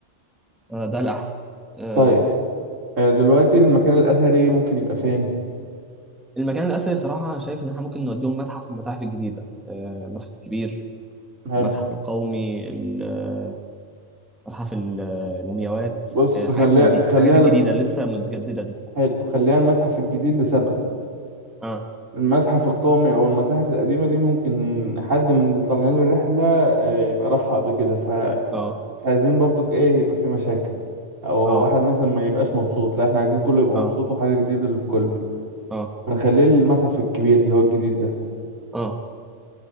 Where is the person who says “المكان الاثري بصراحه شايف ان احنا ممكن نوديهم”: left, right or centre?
Centre